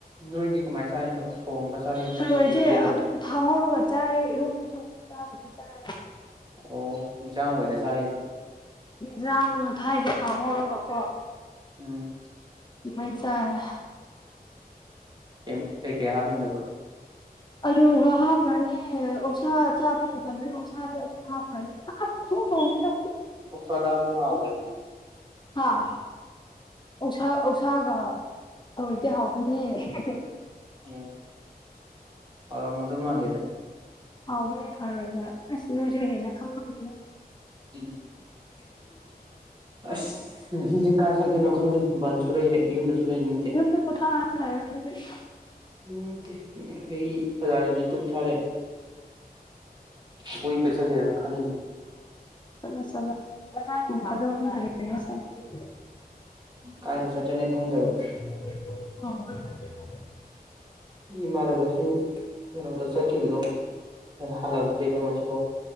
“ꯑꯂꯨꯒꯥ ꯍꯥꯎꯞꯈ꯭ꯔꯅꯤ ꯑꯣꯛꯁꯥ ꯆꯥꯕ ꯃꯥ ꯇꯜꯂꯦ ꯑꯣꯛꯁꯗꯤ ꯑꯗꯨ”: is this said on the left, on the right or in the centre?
Left